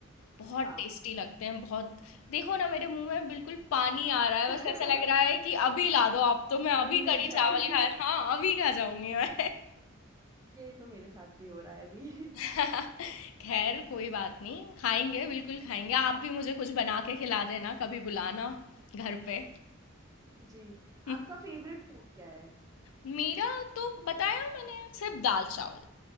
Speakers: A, on the left (about 85°); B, on the right (about 15°).
A: बहुत
B: हाँ
A: टेस्टी लगते हैं बहुत देखो ना मेरे मुंह में बिल्कुल पानी आ रहा है
B: <laughs>
A: बस ऐसा लग रहा है कि अभी ला दो आप तो
B: कि
A: मैं अभी
B: हमें मिल
A: कढ़ी
B: जाए
A: चावल खा
B: <laughs>
A: हाँ अभी खा जाऊंगी मैं
B: ये तो मेरे साथ भी हो रहा है अभी
A: <laughs> खैर कोई बात नहीं खाएंगे बिल्कुल खाएंगे आप भी मुझे कुछ बना के खिला देना कभी बुलाना घर पे
B: <laughs> जी
A: <laughs>
B: आपका फेवरेट फूड क्या है
A: मेरा तो बताया मैंने सिर्फ दाल चावल